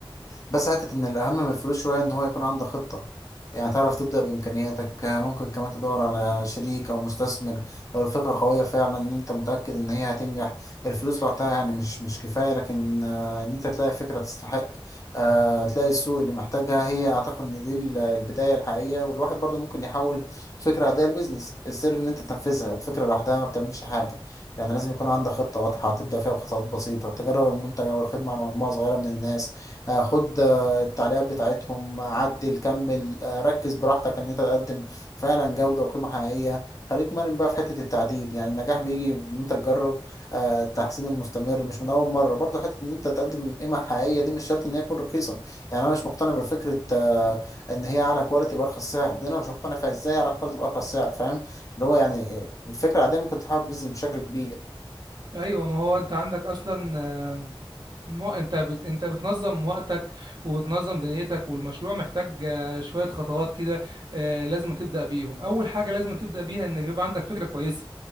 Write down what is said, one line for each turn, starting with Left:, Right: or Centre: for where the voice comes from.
Left: بس حتة إن الأهم من الفلوس شوية إن هو يكون عندك خطة يعني تعرف تبدأ بإمكانياتك آه، ممكن كمان تدور على شريك أو مستثمر لو الفكرة قوية فعلا إن أنت متأكد إن هي هتنجح الفلوس لوحدها يعني مش مش كفاية لكن آه، إن أنت تلاقي فكرة تستحق آه، تلاقي السوق اللي محتاجها هي أعتقد إن دي ال- البداية الحقيقية والواحد برضه ممكن يحول فكرة عادية لبيزنس السر إن أنت تنفذها الفكرة لوحدها ما بتعملش حاجة يعني لازم يكون عندك خطة واضحة تبدأ فيها بخطوات بسيطة تجرب المنتج أو الخدمة على مجموعة صغيرة من الناس آه، خد التعليقات بتاعتهم عدل كمل آه، ركز براحتك ان انت تقدم فعلا جودة وقيمة حقيقية خليك مرن بقى في حتة التعديل يعني النجاح بيجي ان انت تجرب آه، التحسين المستمر مش من اول مرة برضه حتة ان انت تقدم قيمة حقيقية دي مش شرط ان هي تكون رخيصة يعني انا مش مقتنع بفكرة آه، ان هي اعلى كواليتي بارخص سعر ده انا مش مقتنع فيها ازاي اعلى كواليتي بارخص سعر فاهم اللي هو يعني آه، الفكرة العادية ممكن تحول بيزنس بشكل كبير
Right: ايوه ما هو انت عندك اصلا آه، مو- انت بت... انت بتنظم وقتك وبتنظم دنيتك والمشروع محتاج آه، شويه خطوات كده آه، لازم تبدا بيهم اول حاجه لازم تبدا بيها انك يبقى عندك فكره كويسه